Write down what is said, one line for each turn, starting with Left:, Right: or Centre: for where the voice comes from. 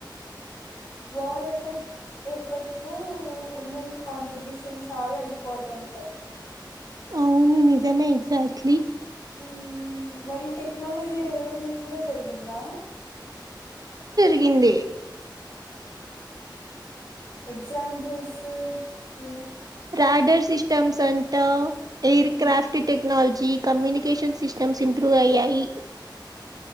Left: వార్ ఎఫెక్ట్ ఎఫర్ట్ లో ఉమెన్ కాంట్రిబ్యూషన్ చాలా ఇంపార్టెంట్
Right: అవును నిజమే ఎక్జాక్ట్లీ
Left: ఉ మరి టెక్నాలజీ డెవలప్ మెన్ కూడా జరిగిందా
Right: ముగిందే
Left: ఎగ్జాపుల్స్ ఏ
Right: రాడర్ సిస్టమ్స్ అంట air
Left: hmm
Right: craft technology communication systems improve అయ్యాయి